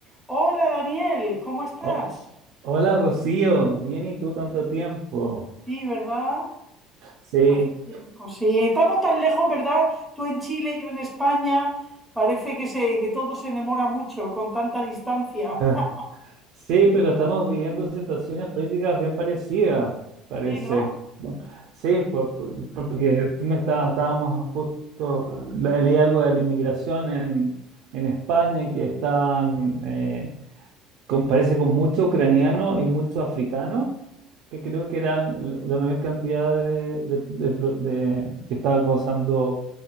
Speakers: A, in the centre; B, on the right.
A: Hola Daniel, ¿cómo estás?
B: Oh, hola Rocío, bien y tú tanto tiempo.
A: Sí, ¿verdad?
B: Sí,
A: Hace tiempo, sí. Estamos tan lejos, ¿verdad? Tú en Chile, yo en España. Parece que se, que todo se demora mucho con tanta distancia.
B: Ah.
A: <laughs>
B: sí, pero estamos viviendo situaciones políticas bien parecidas, parece.
A: Sí, ¿no?
B: Bueno, Sí, por- por- por- porque tú me estabas, estábamos justo, le- leí algo de la inmigración en, en España, que estaban, eh, con- parece con mucho ucraniano y mucho africano, que creo que eran l- la mayor cantidad de, de- de pro- de- que estaba causando